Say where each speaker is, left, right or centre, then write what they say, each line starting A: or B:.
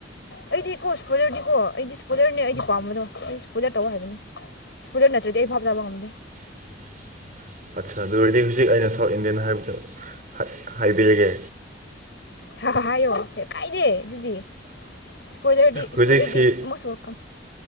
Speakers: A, on the left; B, on the right.
A: ꯑꯩꯗꯤ ꯀꯣ ꯏꯁꯄꯣꯏꯂꯔꯗꯤꯀꯣ ꯑꯩꯗꯤ ꯏꯁꯄꯣꯏꯂꯔꯅꯦ ꯑꯩꯗꯤ ꯄꯥꯝꯕꯗꯣ ꯑꯩꯗꯤ ꯏꯁꯄꯣꯏꯂꯔ ꯇꯧ ꯍꯥꯏꯕꯅꯦ ꯁ꯭ꯄꯣꯏꯂꯔ ꯅꯠꯇ꯭ꯔꯗꯤ ꯑꯩ ꯚꯥꯕ ꯇꯥꯕ ꯉꯝꯗꯦ
B: <inaudible> ꯑꯠꯁ ꯑꯗꯨ ꯑꯣꯏꯔꯗꯤ ꯍꯧꯖꯤꯛ ꯑꯩꯅ ꯁꯥꯎꯠ ꯏꯟꯗꯤꯌꯟ ꯍꯥꯏꯕꯗꯣ ꯍꯥꯏꯕꯤꯔꯒꯦ
A: ꯍꯥ ꯍꯥ ꯍꯥꯏꯌꯣ ꯀꯥꯏꯗꯦ ꯑꯗꯨꯗꯤ ꯏꯁꯄꯣꯏꯂꯔꯗꯤ ꯏꯁꯄꯣꯏꯂꯔꯗꯤ
B: ꯍꯧꯖꯤꯛꯁꯤ
A: ꯃꯣꯁ ꯋꯦꯜꯀꯝ